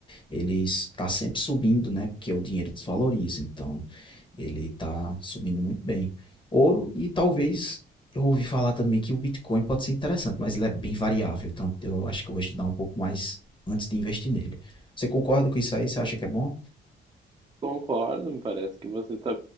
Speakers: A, on the left (about 25°); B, on the right (about 25°).
A: ele está sempre subindo, né? Porque o dinheiro desvaloriza, então ele está subindo muito bem. Ouro e talvez eu ouvi falar também que o Bitcoin pode ser interessante, mas ele é bem variável, então eu acho que eu vou estudar um pouco mais antes de investir nele. Você concorda com isso aí? Você acha que é bom?
B: Concordo, me parece que você tá,